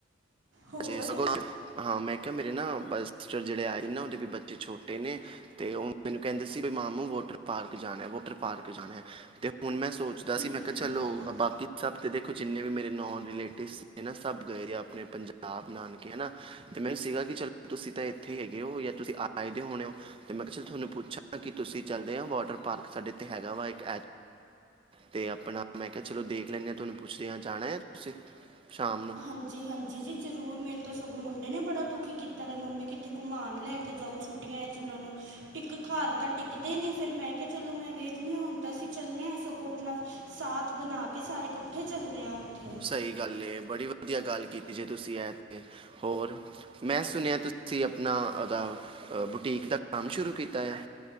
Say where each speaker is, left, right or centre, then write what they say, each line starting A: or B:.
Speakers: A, on the right; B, on the right.
A: ਹੋਰ
B: ਜੇ ਸਗੋ ਨਾ, ਹਾਂ ਮੈਂ ਕਿਹਾ ਮੇ ਏ, ਨਾ ਬਸਟ ਰ ਜਿਹੜੇ ਆਏ ਨਾ ਉਹਦੇ ਵੀ ਬੱਚੇ ਛੋਟੇ ਨੇ, ਤੇ ਉਹ ਮੈਨੂੰ ਕਹਿੰਦੇ ਸੀ, ਵੀ ਮਾਮੂ ਵੋਟਰ ਪਾਰਕ ਜਾਨਾ, ਵੋਟਰ ਪਾਰਕ ਜਾਣਾ ਤੇ ਹੁਣ ਮੈਂ ਸੋਚਦਾ ਸੀ,
A: ਹੂੰ
B: ਮੈਂ ਕਿਹਾ
A: ਹੂੰ
B: ਚਲੋ ਬਾਕੀ ਸਭ ਤੇ ਦੇਖੋ ਜਿੰਨੇ ਵੀ ਮੇਰੇ ਨੌਨ ਰਿਲੇਟਿਵਸ ਨੇ ਨਾ ਸਭ ਗਏ ਦੇ ਆਪਣੇ ਪੰਜਾਬ ਆਪ ਨਾਨਕੇ ਆ ਨਾ ਤੇ ਮੈਨੂੰ ਸੀਗਾ, ਕਿ ਚਲੋ ਤੁਸੀਂ ਤਾਂ ਇੱਥੇ ਈ ਹੈਗੇ ਹੋ ਜਾਂ ਤੁਸੀਂ ਆਏ ਦੇ ਹੋਣੇ ਹੋ ਤੇ ਮੈਂ ਕਿਹਾ ਚ ਥੋਨੂੰ ਪੁੱਛਾ ਕੀ ਤੁਸੀਂ ਜਾਨੇ ਔ ਵਾਟਰ ਪਾਰਕ ਸਾਡੇ ਏਥੇ ਹੈਗਾ ਵਾ ਇੱਕ ਤੇ ਆਪਣਾ ਮੈਂ ਕਿਹਾ ਚਲੋ ਦੇਖ ਲੈਂਦੇ ਆ ਤੁਹਾਨੂੰ ਪੁੱਛਦੇ ਆ ਜਾਣਾ ਆ ਤੁਸੀਂ ਸ਼ਾਮ ਨੂੰ
A: ਹਾਂਜੀ-ਹਾਂਜੀ ਜੀ, ਜ਼ਰੂਰ ਮੇਰੇ ਤੋਂ ਸਗੋਂ ਮੁੰਡੇ ਨੇ ਬੜਾ ਦੁਖੀ ਕੀਤਾ ਦਾ ਮੰਮੀ ਕਿੱਥੇ ਘੁੰਮਾਣ ਲੈ ਕੇ ਜਾਓ ਛੁੱਟੀਆਂ 'ਚ ਇਹਨਾਂ ਨੂੰ ਇਕ ਘਰ ਤਾਂ ਟਿਕਦੇ ਨਹੀਂ ਫਿਰ ਮੈਂ ਕਿਹਾ ਚਲੋ ਮੈਂ ਵੇਖਦੀ ਹੁਣ ਤਾਂ ਅਸੀਂ ਚੱਲੇ ਹਾਂ ਸਗੋਂ ਆਪਣਾ ਸਾਥ ਬਣਾ ਕੇ ਸਾਰੇ ਇਕੱਠੇ ਚੱਲਦੇ ਹਾਂ। ਉੱਥੇ
B: ਸਹੀ ਗੱਲ ਏ ਬੜੀ ਵਾ ਵਧੀਆ ਗੱਲ ਕੀਤੀ ਜੇ ਤੁਸੀਂ ਏ ਤੇ ਹੋਰ, ਮੈਂ ਸੁਣਿਆ ਤੁਸੀਂ ਆਪਣਾ ਉਹਦਾ ਬੁਟੀਕ ਦਾ ਕੰਮ ਸ਼ੁਰੂ ਕੀਤਾ ਐ?